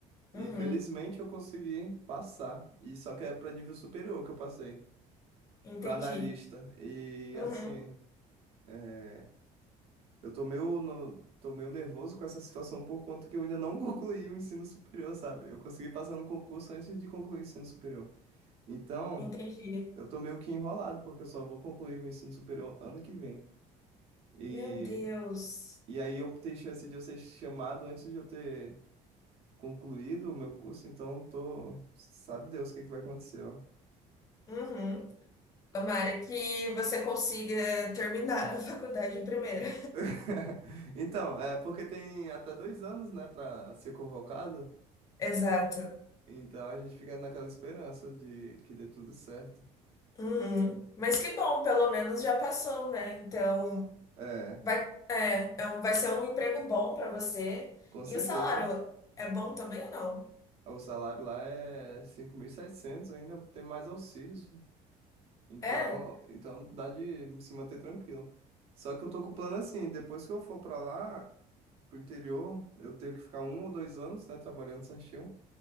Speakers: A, on the right; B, on the left.
A: e
B: Uhum,
A: felizmente eu consegui passar. E só que é para nível superior que eu passei,
B: entendi.
A: para analista. E
B: Uhum,
A: assim, é, Eu tô meio, no- tô meio nervoso com essa situação por conta que eu ainda não <laughs> concluí o ensino superior, sabe? Eu consegui passar no concurso antes de concluir o ensino superior. Então,
B: entendi.
A: eu tô meio que enrolado, porque eu só vou concluir o ensino superior ano que vem. E,
B: Meu Deus.
A: e aí eu tenho chance de eu ser chamado antes de eu ter concluído o meu curso, então eu tô. Sabe Deus o que é que vai acontecer, ó.
B: Uhum. Tomara que você consiga terminar a faculdade primeiro.
A: <laughs> Então, é porque tem até dois anos, né, pra ser convocado.
B: <laughs> Exato.
A: Então a gente fica naquela esperança de que dê tudo certo.
B: Uhum. Mas que bom, pelo menos já passou, né? Então
A: É,
B: vai, é, é um, vai ser um emprego bom pra você.
A: com certeza.
B: E o salário é bom também ou não?
A: O salário lá é cinco mil e setecentos ainda tem mais auxílios. Então,
B: É?
A: então dá de se manter tranquilo. Só que eu tô com o plano assim, depois que eu for pra lá, pro interior, eu tenho que ficar um ou dois anos, né, trabalhando certinho.